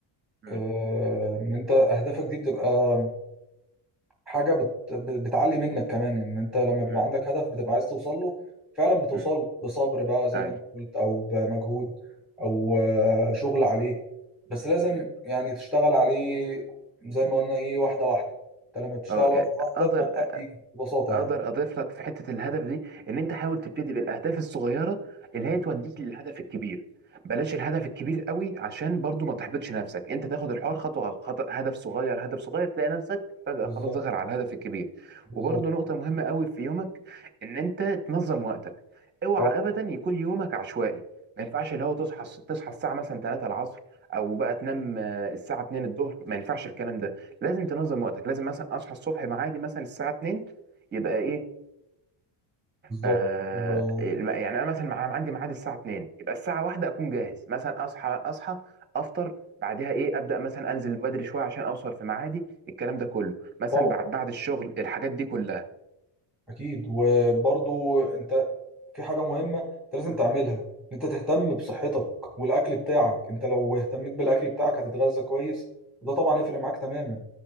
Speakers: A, on the right (about 20°); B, in the centre.
A: امم
B: آه، ان انت اهدافك دي بتبقى حاجه بت... ب- بتعلي منك كمان ان انت لما بيبقى
A: امم
B: عندك هدف بتبقى عايز توصل له فعلا بتوصل
A: امم
B: له بصبر بقى زي
A: ايوه
B: ما انت قلت او بمجهود او آه، شغل عليه بس لازم
A: مم.
B: يعني تشتغل عليه زي
A: مم.
B: ما قلنا ايه واحده واحده انت لما بتشتغل
A: اه
B: واحده
A: يعني
B: واحده
A: اقدر
B: الموضوع بيجي ببساطه
A: اقدر
B: يعني
A: اضيف لك في حته الهدف دي ان انت حاول تبتدي بالاهداف الصغيره اللي هي توديك للهدف الكبير بلاش الهدف الكبير قوي عشان برضو ما تحبطش نفسك انت تاخد الحوار خطوه خطوه هدف صغير هدف صغير تلاقي نفسك فجاه
B: بالظبط
A: خلاص دخل على الهدف الكبير
B: بالظبط
A: وبرضو نقطه مهمه قوي في يومك ان انت تنظم وقتك اوعى
B: اه
A: ابدا يكون يومك عشوائي ما ينفعش اللي هو تصحى تصحى الساعه مثلا 3 العصر او بقى تنام آه، الساعه 2 الظهر ما ينفعش الكلام ده لازم تنظم وقتك لازم مثلا اصحى الصبح معادي مثلا الساعه 2 يبقى ايه
B: بالظبط
A: آه
B: و-
A: الم- يعني انا مثلا مع- عندي ميعاد الساعه 2 يبقى الساعه 1 اكون جاهز مثلا اصحى اصحى افطر بعدها ايه ابدا مثلا انزل بدري شويه عشان اوصل في ميعادي الكلام ده كله مثلا
B: طبعا
A: بعد بعد الشغل الحاجات دي كلها
B: اكيد وبرضو انت في حاجة مهمة انت لازم تعملها ان انت تهتم بصحتك والاكل بتاعك انت لو اهتميت بالاكل بتاعك هتتغذى كويس وده طبعا يفرق معاك تماما